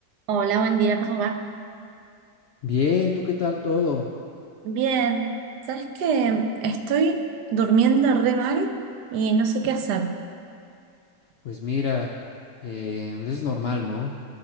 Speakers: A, on the right (about 85°); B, on the left (about 75°).
A: Hola, buen día, ¿cómo va?
B: Bien, ¿tú qué tal todo?
A: Bien, ¿sabes qué? Estoy durmiendo re mal y no sé qué hacer.
B: Pues mira, eh, es normal, ¿no?